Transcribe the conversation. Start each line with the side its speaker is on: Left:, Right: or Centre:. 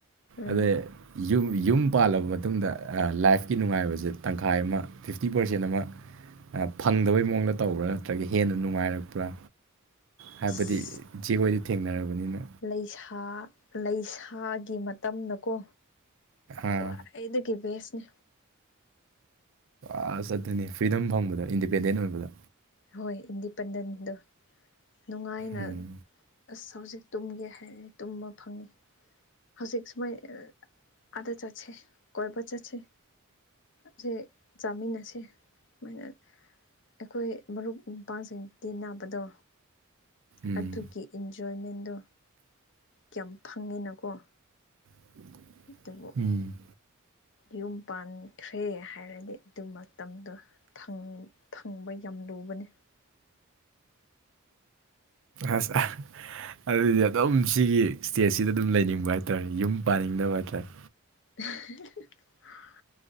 Left: ꯎꯝ
Right: ꯑꯗ ꯌꯨꯝ ꯌꯨꯝ ꯄꯥꯜꯂꯕ ꯃꯇꯨꯡꯗ ꯂꯥꯏꯐꯀꯤ ꯅꯨꯡꯉꯥꯏꯕꯁꯦ ꯇꯪꯈꯥꯏ ꯑꯃ ꯐꯤꯐꯇꯤ ꯄꯥꯔꯁꯦꯟ ꯑꯃ ꯐꯪꯗꯕꯩ ꯃꯑꯣꯡꯗ ꯇꯧꯕ꯭ꯔꯥ ꯅꯠꯇ꯭ꯔꯒ ꯍꯦꯟꯅ ꯅꯨꯡꯉꯥꯏꯔꯛꯄ꯭ꯔꯥ ꯍꯥꯏꯕꯗꯤ
Left: ꯑꯁ
Right: ꯏꯆꯦ ꯍꯣꯏꯗꯤ ꯊꯦꯡꯅꯔꯕꯅꯤꯅ
Left: ꯂꯩꯁꯥ ꯂꯩꯁꯥꯒꯤ ꯃꯇꯝꯅꯀꯣ
Right: ꯑꯥ
Left: ꯈ꯭ꯋꯥꯏ ꯗꯒꯤ ꯕꯦꯁꯅꯦ
Right: ꯑꯥꯁ ꯑꯗꯨꯅꯤ ꯐ꯭ꯔꯤꯗꯝ ꯐꯪꯕꯗꯨ ꯏꯟꯗꯤꯄꯦꯟꯗꯦꯟ ꯑꯣꯏꯕꯗꯨ
Left: ꯍꯣꯏ ꯏꯟꯗꯤꯄꯦꯟꯗꯦꯟꯗꯣ ꯅꯨꯡꯉꯥꯏꯅ
Right: ꯎꯝ
Left: ꯑꯁ ꯍꯧꯖꯤꯛ ꯇꯨꯝꯒꯦ ꯍꯥꯏꯔꯦ ꯇꯨꯝꯕ ꯐꯪꯉꯤ ꯍꯧꯖꯤꯛ ꯁꯨꯃꯥꯏ ꯑꯥꯗ ꯆꯠꯁꯦ ꯀꫭꯏꯕ ꯆꯠꯁꯦ ꯑꯁꯤ ꯆꯥꯃꯤꯟꯅꯁꯤ ꯁꯨꯃꯥꯏꯅ ꯑꯩꯈꯣꯏ ꯃꯔꯨꯞ ꯃꯄꯥꯡꯁꯤꯡ ꯇꯤꯟꯅꯕꯗꯣ
Right: ꯎꯝ
Left: ꯑꯗꯨꯒꯤ ꯏꯟꯖꯣꯏꯃꯦꯟꯗꯣ ꯀꯌꯥꯝ ꯐꯪꯉꯦꯅꯀꯣ
Right: <inaudible>
Left: ꯑꯗꯨꯕꯨ
Right: ꯎꯝ
Left: ꯌꯨꯝ ꯄꯥꯟꯈ꯭ꯔꯦ ꯍꯥꯏꯔꯗꯤ ꯑꯗꯨ ꯃꯇꯝꯗꯣ ꯐꯪ ꯐꯪꯕ ꯌꯥꯝ ꯂꯨꯕꯅꯤ
Right: ꯑꯁ ꯑ ꯑꯗꯨꯗꯤ ꯑꯗꯨꯝ ꯁꯤꯒꯤ ꯁ꯭ꯇꯦꯖꯁꯤꯗ ꯑꯗꯨꯝ ꯂꯩꯅꯤꯡꯕ ꯍꯥꯏꯇꯥꯥꯔꯦ ꯌꯨꯝ ꯄꯥꯅꯤꯡꯗꯕ ꯍꯥꯏꯇꯥꯥꯔꯦ
Left: <unintelligible>